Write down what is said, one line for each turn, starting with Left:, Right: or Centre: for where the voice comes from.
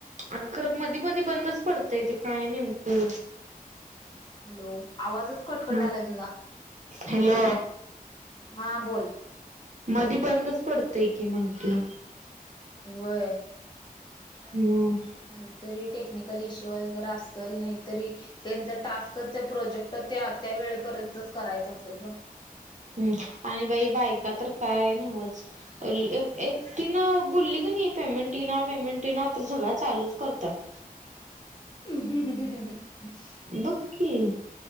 Right: अगं खरं मधी मधी बंदच पडतय ते काय नेमक
Left: हॅलो आवाजच कटकट
Right: हा
Left: आलाय तुझा
Right: हॅलो
Left: हा बोल
Right: मधी बंदच पडतय की म्हटलं
Left: होय
Right: हम
Left: काहीतरी टेक्निकल इश्यू वगैरे असल नाहीतरी त्यांच टास्कच प्रोजेक्ट ते त्या वेळेपर्यंत करायचं असेल ग
Right: हम् आणि बाई बायका तर काय न्हवच एकटीन बोलली कनी पेमेंटी येइनि पेमेंट येइना तर सगळंया चालूच करत्यात
Left: ह ह
Right: बघकी